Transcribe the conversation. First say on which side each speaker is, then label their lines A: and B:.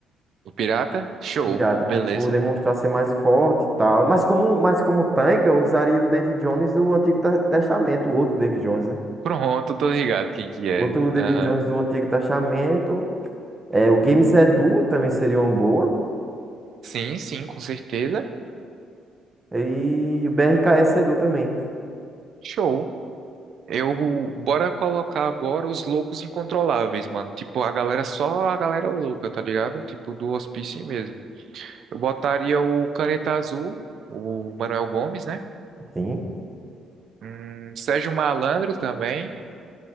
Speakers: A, on the right (about 65°); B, on the right (about 25°).
A: O pirata? Show.
B: Pirata,
A: Beleza.
B: por poder mostrar ser mais forte e tal. Mas como, mas como tanque, eu usaria o David Jones do Antigo Te- Testamento, o outro David Jones, né?
A: Pronto, tô ligado quem que é.
B: O Outro David
A: Aham.
B: Jones do Antigo Testamento. É, o Games Edu também seria uma boa.
A: Sim, sim, com certeza.
B: E o BRKS Edu também.
A: Show. Eu, bora colocar agora os loucos incontroláveis, mano. Tipo, a galera, só a galera louca, tá ligado? Tipo, do hospício mesmo. Eu botaria o Caneta Azul, o Manuel Gomes, né?
B: Sim.
A: Hum, Sérgio Malandro também.